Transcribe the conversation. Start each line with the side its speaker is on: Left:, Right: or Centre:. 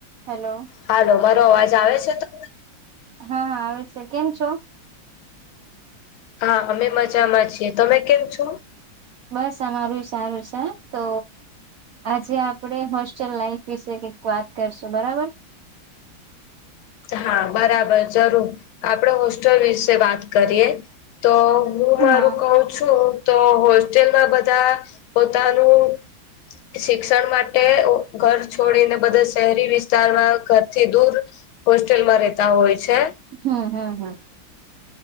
Right: હલો.
Left: હાલો મારો અવાજ આવે છે તો.
Right: હા આવે છે, કેમ છો?
Left: હા અમે મજામાં છીએ તમે કેમ છો?
Right: બસ અમારું સારું છે, તો આજે આપડે હોસ્ટેલ લાઈફ વિશે કઈક વાત કરશું બરાબર
Left: હા બરાબર જરૂર આપડે હોસ્ટેલ વિશે વાત કરીએ તો હું મારું
Right: હા
Left: કઉ છું તો હોસ્ટેલમાં બધા પોતાનું શિક્ષણ માટે ઘર છોડીને બધા શહેરી વિસ્તારમાં ઘરથી દૂર હોસ્ટેલમાં રહેેતા હોય છે.
Right: હમ હમ હમ.